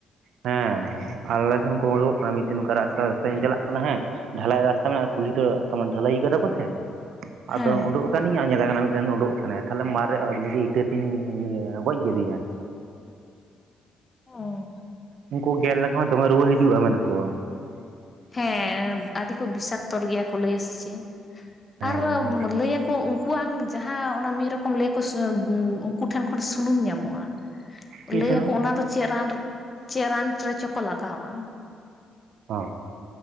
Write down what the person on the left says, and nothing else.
ᱦᱮᱸ
ᱚ
ᱦᱮᱸ ᱟᱹᱰᱤ ᱠᱚ ᱵᱤᱥᱟᱠᱛᱚ ᱜᱮᱭᱟ ᱠᱚ ᱞᱟᱹᱭᱟ ᱥᱮ ᱪᱮᱫ
ᱟᱨ
ᱞᱟᱹᱭᱟᱠᱚ ᱩᱱᱠᱩ ᱩᱱᱠᱩᱣᱟᱝ ᱡᱟᱦᱟᱸ ᱚᱱᱟ ᱢᱤᱫ ᱨᱚᱠᱚᱢ ᱞᱟᱹᱭᱠᱚ ᱩᱱᱠᱩ ᱴᱷᱮᱱ ᱠᱷᱚᱱ ᱥᱩᱱᱩᱢ ᱧᱟᱢᱚᱜᱼᱟ
ᱞᱟᱹᱭ
ᱟᱠᱚ ᱚᱱᱟ ᱫᱚ ᱪᱮᱫ ᱨᱟᱱ ᱪᱮᱫ ᱨᱟᱱ ᱨᱮᱪᱚᱠᱚ ᱞᱟᱜᱟᱣᱟ